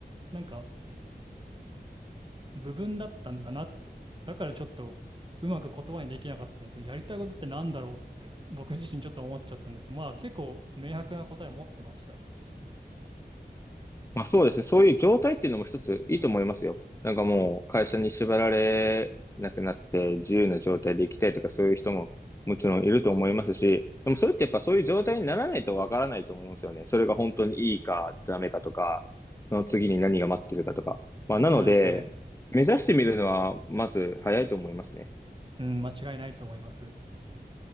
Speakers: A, on the right (about 30°); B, on the left (about 15°).
A: なんか部分だったんだなって。だからちょっとうまく言葉にできなかったんですよやりたいことってなんだろうって僕自身ちょっと思っちゃったんですけど、まあ結構明白な答え持ってました。
B: まあそうですね。そういう状態っていうのも一ついいと思いますよ。なんかもう会社に縛られなくなって自由な状態で行きたいとかそういう人ももちろんいると思いますし、でもそれってやっぱそういう状態にならないとわからないと思うんですよね。それが本当にいいかダメかとか、その次に何が待ってるかとか。まあなので、
A: そうですね。
B: 目指してみるのはまず早いと思いますね。
A: うん、間違いないと思います。